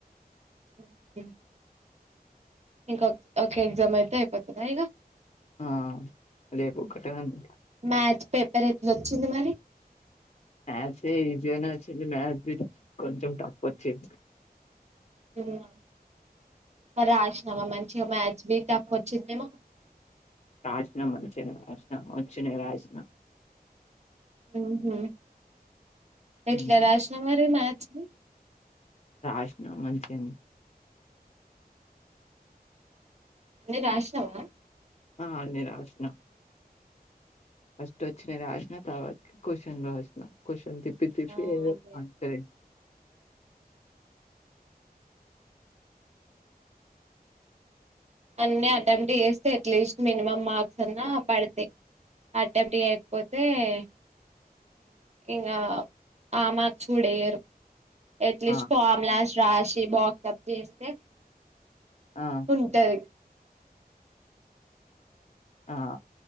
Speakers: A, on the right (about 45°); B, on the left (about 45°).
A: ఉమ్ యా ఇంకా ఓకే ఎక్సామ్ అయితే అయిపోతదా ఇగ
B: ఆ రేపు ఒకటే ఉంది
A: మ్యాథ్ పేపర్ ఎట్లా వచ్చింది. మరి
B: మ్యాథ్స్ ఏ ఈజిగనే వచ్చింది. మ్యాథ బి కొంచెం టఫ్ వచ్చింది.
A: అవునా మరి రాసినామా మంచిగా మ్యాథ్స్ బి టఫ్ వచ్చిందేమో
B: రాషినా మంచిగనే రాషినా వచ్చనయి రాసినా
A: ఊహుం
B: హ్మ్.
A: ఎట్లా రాషినమారి మాచ్ నీ
B: రాసిన మంచిగనే
A: అన్నీ రాషినావా
B: ఆ అన్ని రాసిన. ఫస్ట్ వచ్చినవి రాసిన తరువాత్కి క్వషన్ రాసిన క్వషన్ తిప్ ప్పి తిప్పి.
A: ఆ
B: ఏదో
A: అయిపోయా
B: అంటె,
A: అన్ని అటెమ్ట్ చేస్తే అట్లీస్ట్ మినిమం మార్క్స్ అన్నా పడతయి. అటెమ్ట్ చేయకపోతే, హు ఇంకా ఆ మార్క్స్ కూడెయ్యరు. ఎట్లిజ్
B: ఆ
A: ఫార్ములాస్ రాసి బాక్సప్ చేస్తే,
B: ఆ
A: ఉంటది.
B: ఆ